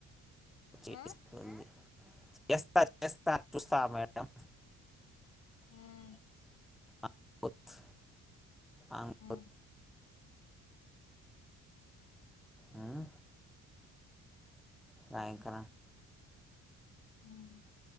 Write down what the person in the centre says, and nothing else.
చేస్తుంది
ఎస్తా ఎస్తా చూస్తా మేడం
వాత్ అమె
ఉమ్ ర్రాయంక